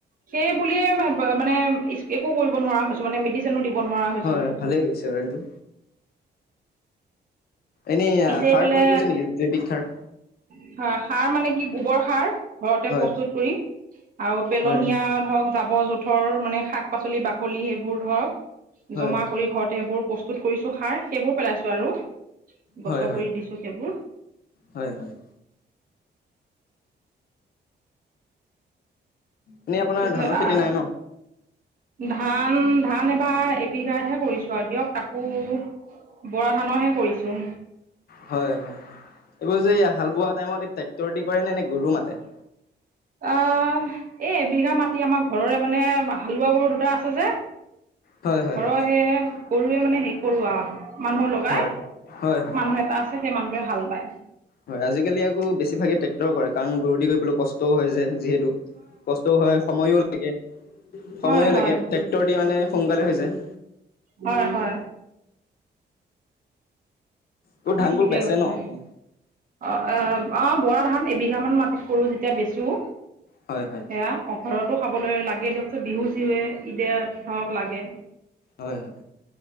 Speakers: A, on the right; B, on the left.
A: সেই বুলিয়ে <unintelligible> মানে ইছ একো কৰিব নোৱাৰা হৈছ চো মানে, মেডিচিনো দিব নোৱাৰা হৈছোঁ।
B: হয় হয় ভালেই কৰিছে বাৰু এইটো। এনেই
A: পিছে
B: আ,
A: এইফালে
B: সাৰ প্ৰয়োগ কৰিছে নেকি, জৈৱিক সাৰ।
A: হয়, সাৰ মানে কি গোবৰ সাৰ। ঘৰতে
B: হয়
A: প্ৰস্তুত কৰি আৰু পেলনীয়া
B: হয়
A: ধৰক জাবৰ জো থৰ মানে শাক-পাচলি বাকলি সেইবোৰ ধৰক
B: হয়
A: জমা
B: হয় হয়
A: কৰি ঘৰত সেইবোৰ প্ৰস্তুত কৰিছো, সাৰ সেইবোৰ পেলাইছো আৰু
B: হয়
A: গছৰ
B: হয় হয়
A: গুৰিত দিছো সেইবোৰ।
B: হয়, হয়। এনেই আপোনাৰ
A: <unintelligible>
B: ধানৰ খেতি
A: আহ
B: নাই ন
A: ধান, ধান এইবাৰ এবিঘা হে কৰিছো আৰু দিয়ক তাকো বৰা ধানৰহে কৰিছো।
B: হয়, হয়, এইবোৰ যে এই হাল বোৱা টাইমত, এই ট্ৰেক্টৰ দি কৰে নে, নে গৰু মাতে।
A: আহ, এই বিঘা মাটি আমাৰ ঘৰৰে মানে হালোৱা গৰু দুটা আছ চে যে,
B: হয় হয়
A: ঘৰৰহে
B: হয়
A: গৰুৱে মানে হে কৰোৱা মানুহ লগাই,
B: হয় হয় হয়
A: মানুহ এটা আছে সেই মানুহটোৱে হাল বায়।
B: হয়, আজিকালি আকৌ বেছিভাগে ট্ৰেক্টৰ কৰে, কাৰণ গৰুদি কৰিবলৈ কষ্টও হয় যে যিহেতু। কষ্টও হয়, সময়ো লাগে, সময়ো
A: হয় হয়
B: লাগে, ট্ৰেক্টৰ দি মানে সোনকালে হৈ যায়।
A: হয়, হয়।
B: তোৰ
A: আপুনি
B: ধানবোৰ
A: ঠিকে
B: বেচে
A: কৈছে।
B: ন আপুনি
A: অ', অ', অ', বৰা ধান এবিঘামান মাটিত কৰোঁ, যেতিয়া বেচোঁ
B: হয়, হয়।
A: সেয়া, ঘৰতো খাবলৈ লাগে দিয়কচোন, বিহু চিহুৱে ইদে ধৰক লাগে।
B: হয়, হয়।